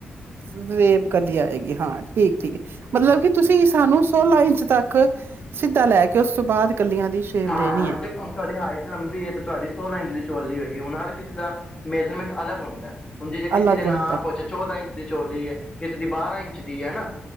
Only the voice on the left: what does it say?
ਹਾਂ
ਦੇਖੁਣ ਤੁਹਾਡੀ ਹਾਈਟ ਲੰਬੀ ਹੈ ਤੇ ਤੁਹਾਡੀ ਸੋਲਾਂ ਇੰਚ ਦੀ ਚੋਲੀ ਹੋਏਗੀ ਹੁਣ ਹਰ ਸੀਲ ਦਾ ਮੇਜਰਮੈਂਟ ਅਲੱਗ ਹੁੰਦਾ ਹੈ ਹੁਣ ਜਿਹੇ ਕਿਸੇ
ਦੇ
ਨਾਂ ਪੁਛ ਚੌਦਾਂ ਇੰਚ ਦੀ ਚੋਲੀ ਹੈ ਕਿਸੇ ਦੀ ਬਾਰਾਂ ਇੰ ਇੰਚ ਦੀ ਹੈ ਨਾ